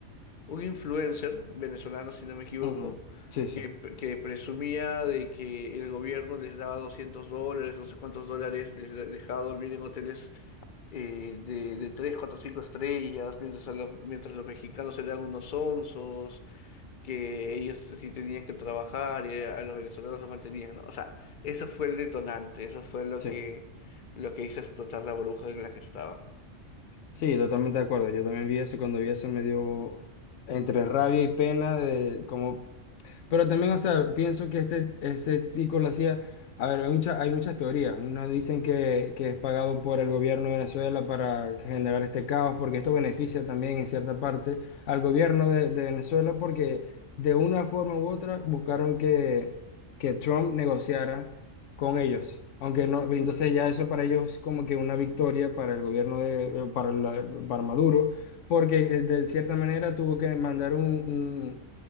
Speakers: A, on the left; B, on the left.
A: un influencer venezolano, si no me equivoco,
B: Mm, sí, sí,
A: que, pre- que presumía de que el gobierno les daba 200 dólares, no sé cuántos dólares, les de- dejaba dormir en hoteles eh, de, de 3, 4, 5 estrellas, mientras a los, mientras los mexicanos eran unos onzos que ellos sí tenían que trabajar y a los venezolanos los mantenían, ¿no? O sea, eso fue el detonante, eso fue lo
B: sí,
A: que, lo que hizo explotar la burbuja en la que estaban.
B: sí, totalmente de acuerdo. Yo también vi eso, cuando vi eso me dio entre rabia y pena de cómo Pero también, o sea, pienso que este, ese chico lo hacía, a ver, hay mucha- hay muchas teorías. Unos dicen que, que es pagado por el gobierno de Venezuela para generar este caos, porque esto beneficia también en cierta parte al gobierno de, de Venezuela, porque de una forma u otra buscaron que, que Trump negociara con ellos. Aunque no, entonces ya eso para ellos es como que una victoria para el gobierno de, eh, para, la- para Maduro, porque eh, de cierta manera tuvo que mandar un-